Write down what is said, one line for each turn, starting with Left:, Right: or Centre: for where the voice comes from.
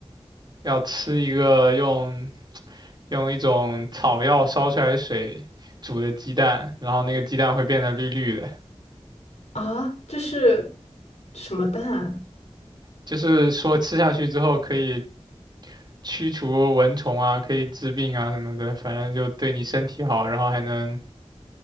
Right: 要吃一个用用一种草药烧出来的水煮的鸡蛋，然后那个鸡蛋会变得绿绿的，
Left: 啊，这是什么蛋啊
Right: 就是说吃下去之后可以驱除蚊虫啊，可以治病啊什么的，反正就对你身体好，然后还能